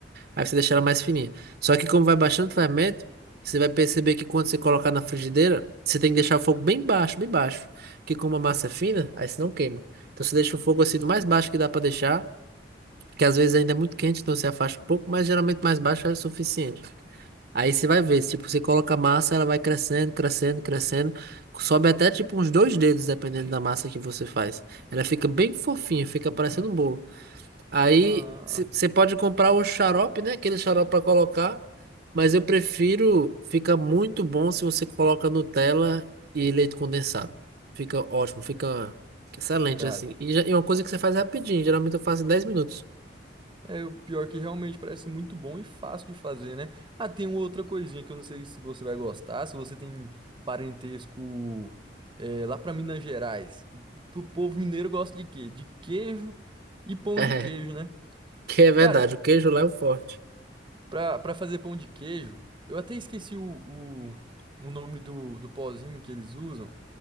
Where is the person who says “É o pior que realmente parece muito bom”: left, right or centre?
Right